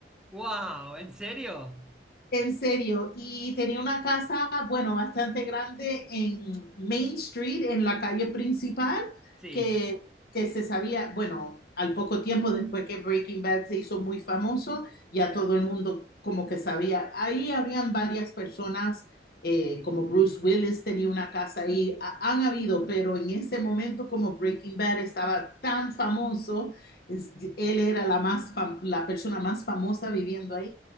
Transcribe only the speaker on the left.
En serio, y tenía una casa, bueno, bastante grande en Main Street, en la calle principal,
que, que se sabía, bueno, al poco tiempo después que Breaking Bad se hizo muy famoso, ya todo el mundo como que sabía. Ahí habían varias personas, eh, como Bruce Willis tenía una casa ahí, Ha- han habido, pero en ese momento como Breaking Bad estaba tan famoso, es- él era la, más fam- la persona más famosa viviendo ahí.